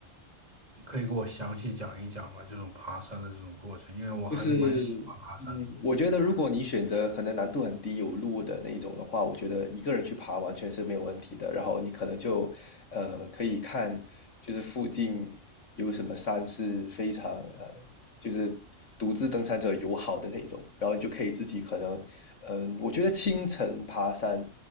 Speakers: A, on the right; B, on the left.
A: 你可以给我详细讲一讲吗？这种爬山的这种过程，因为我还是蛮喜欢爬山的。
B: 就是嗯，我觉得如果你选择可能难度很低、有路的那一种的话，我觉得一个人去爬完全是没有问题的。然后你可能就呃可以看，就是附近有什么山是非常呃，就是独自登山者友好的那种，然后你就可以自己可能嗯、呃我觉得清晨爬山